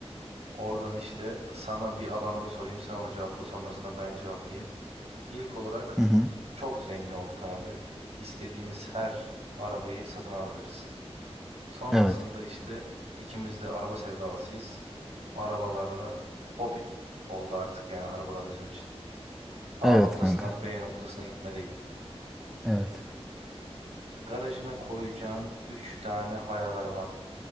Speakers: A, on the right (about 75°); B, in the centre.
A: oradan işte sana bir alanda sorayım sen onu cevapla sonrasında ben cevaplayayım. İlk olarak
B: Hı hı.
A: çok zengin olduk abi. İstediğimiz her arabayı satın alabiliriz. Sonrasında
B: Evet.
A: işte ikimiz de araba sevdalısıyız. Arabalarla hobi oldu artık yani arabalar bizim için. A
B: Evet
A: noktasından
B: kanka.
A: B noktasına gitme değil.
B: Evet.
A: Garajına koyacağın 3 tane hayal araban.